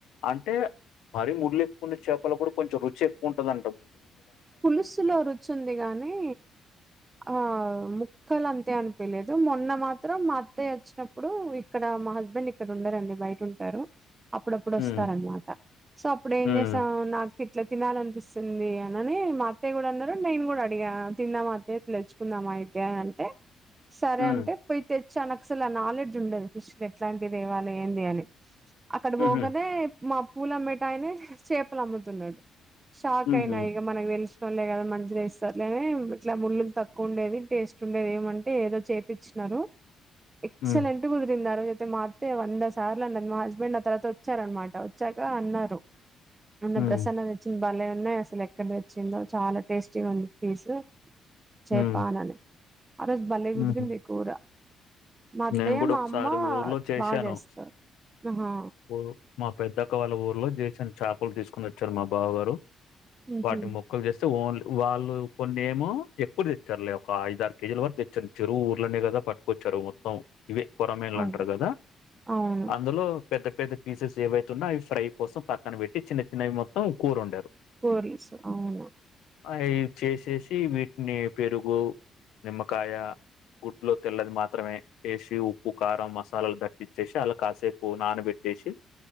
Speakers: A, on the left; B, on the right.
A: అంటే మరి ముల్లేక్కువన్న చేపల కూడా కొంచెం రుచి ఎక్కువ ఉంటుందంట
B: పులుసులో రుచి ఉంది గానీ ఆ ముక్కలు అంతే అనిపిలేదు మొన్న మాత్రం మా అత్తయ్య వచ్చినప్పుడు ఇక్కడ మా హస్బెండ్ ఇక్కడ ఉండరండి బయట ఉంటారు అప్పుడప్పుడు
A: హ్మ్.
B: వస్తారనమాట సో అప్పుడు ఏం
A: హ్మ్.
B: చేస నాకు ఇట్లా తినాలనిపిస్తుంది ని మా అత్తయ్య కూడా అన్నారు నేను కూడా అడిగా తిందామా అత్తయ్య తెచ్చుకుందామా అయితే అని అంటే సరే
A: హ్మ్.
B: అంటే పోయి తెచ్చా నాకసలు ఆ నాలెడ్జ్ ఉండదు ఫిష్ లో ఎట్లాంటితేవాలి ఏంది అని అక్కడ
A: హుహు.
B: పోగానే మా పూలు అమ్మేటాయనే చేపలు అమ్ముతున్నాడు షాక్
A: హుహు.
B: అయినా మనకి తెలిసినోళ్లే కదా మంచిది ఇస్తారులేనే ఇట్లా ముల్లు తక్కువ ఉండేది టేస్ట్ ఉండేది ఏమంటే ఏదో ఏపించినారు ఎక్సలెంట్
A: హ్మ్.
B: కుదిరింది ఆ రోజైతే టేస్ట్ అయితే మా అత్తయ్య వంద సార్లు అన్నది మా హస్బెండ్ నా తర్వాత వచ్చారనమాట వచ్చాక అన్నారు మొన్న
A: హ్మ్.
B: ప్రసన్న తెచ్చినవి బలే ఉన్నాయి అసలు ఎక్కడ తెచ్చిందో చాలా టేస్టీగా ఉంది ఫిష్ చేపా
A: హ్మ్.
B: నని ఆ రోజు బలే
A: హుహు.
B: కుదిరింది కూర మాఅత్తయ్య
A: నేను గూడా
B: మా
A: ఒకసారి
B: అమ్మ
A: ఊర్లో చేశాను.
B: బాగా చేస్తారు ఆహా
A: ఊరు మా పెద్దక్క వాళ్ళ ఊర్లో జేషన్ చేపలు తీసుకుని వచ్చారు మా బావ గారు
B: ఉహు
A: వాటిని ముక్కలు చేస్తే ఓన్లీ వాళ్ళు కొన్ని ఏమో ఎక్కువ తెచ్చారులే ఒక ఐదు ఆరు కేజీల వరకు తెచ్చిరు ఊర్లోనే కదా పట్టు కొచ్చారు మొత్తం అవ్ ఇవే కొరమీన్లు
B: అదే
A: అంటారు కదా
B: అవును
A: అందులో పెద్ద పెద్ద పీసెస్ ఏవైతున్నా అవి ఫ్రై కోసం పక్కన పెట్టి చిన్న చిన్నవి మొత్తం కూర వండారు
B: కోర్లిసు అవునా
A: అయి చేసేసి వీటిని పెరుగు నిమ్మకాయ గుడ్డులో తెల్లది మాత్రమే వేసి ఉప్పు కారం మసాలాలు తట్టిచ్చేసి అలా కాసేపు నానబెట్టేసి